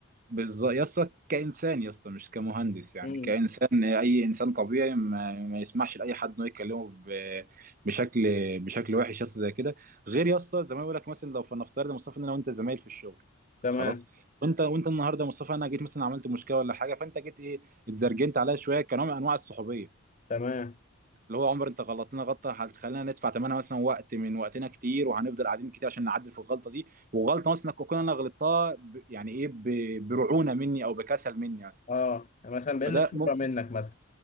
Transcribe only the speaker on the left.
امم
تمام
تمام
اه مثلا بقل
الخبره
منك مثلا